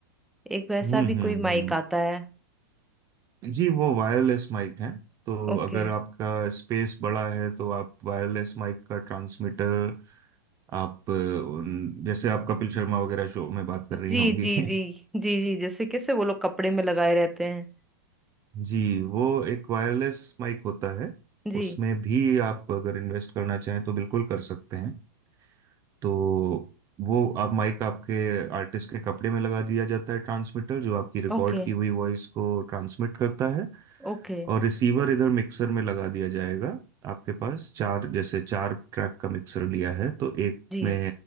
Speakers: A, in the centre; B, on the right (about 30°).
A: एक वैसा
B: हम्म
A: भी
B: हम्म
A: कोई
B: हम्म
A: माइक आता है
B: जी वो वायरलेस माइक है तो
A: ओके
B: अगर आपका स्पेस बड़ा है तो आप वायरलेस माइक का ट्रांसमीटर आप अ, उन- जैसे आप कपिल शर्मा वगैरह शो में बात कर
A: जी
B: रही होंगी
A: जी
B: <laughs>
A: जी जी जी जैसे कैसे वो लोग कपड़े में लगाए रहते हैं
B: जी वो एक वायरलेस माइक होता है
A: जी
B: उसमें भी आप अगर इन्वेस्ट करना चाहें तो बिल्कुल कर सकते हैं तो वो आप माइक आपके आर्टिस्ट के कपड़े में लगा दिया जाता है ट्रांसमीटर जो आपकी रिकॉर्ड
A: ओके
B: की हुई वॉइस को ट्रांसमिट करता है
A: ओके
B: और रिसीवर इधर मिक्सर में लगा दिया जाएगा आपके पास चार जैसे चार ट्रैक का मिक्सर लिया है तो एक
A: जी
B: में